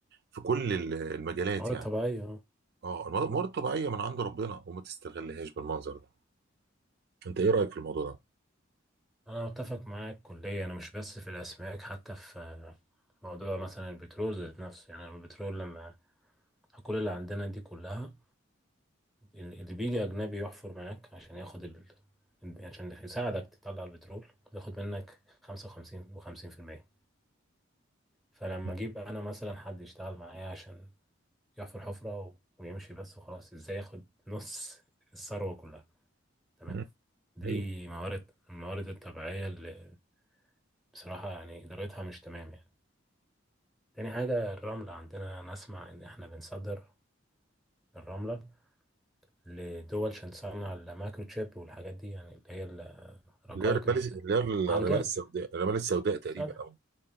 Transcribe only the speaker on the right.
في كل ال- المجالات
يعني
اه الموارد الموارد الطبيعيه من عند ربنا وما تستغلهاش بالمنظر ده انت ايه رايك في الموضوع ده؟
مم.
مم.
ايوه
اللي هي الرمال اللي هي
الرمال السوداء الرمال السوداء تقريبا
او